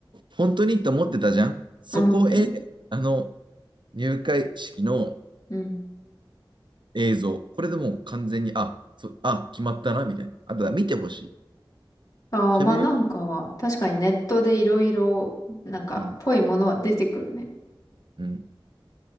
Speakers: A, on the right; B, on the left.
A: 本当にって思ってたじゃん。そこへ、
B: 思ってる。
A: あの、入会式の
B: うん。
A: 映像。これでもう完全に、あ、そあ、決まったな、みたいな。あとは見てほしい。
B: ああ、
A: 喋り、
B: まあなんか、確かにネットでいろいろ、なんか、
A: うん、
B: ぽいものは出てくるね。
A: うん。